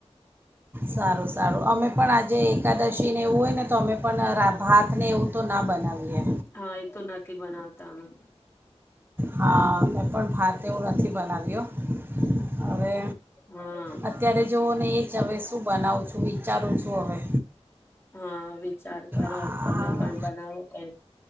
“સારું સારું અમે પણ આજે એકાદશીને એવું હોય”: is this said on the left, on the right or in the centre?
Right